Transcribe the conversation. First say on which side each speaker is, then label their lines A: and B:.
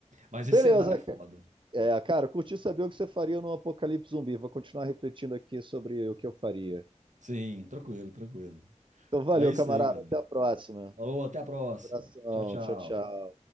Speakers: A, on the right (about 80°); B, on the right (about 40°).
A: Mas
B: Beleza,
A: esse cenário é foda.
B: ca- é, cara, curti saber o que você faria no Apocalipse Zumbi. Vou continuar refletindo aqui sobre o que eu faria.
A: Sim, tranquilo, tranquilo.
B: Então, valeu,
A: É isso
B: camarada.
A: aí, cara.
B: Até a próxima.
A: Falou, até a próxima.
B: Coração.
A: Tchau, tchau.
B: Tchau, tchau.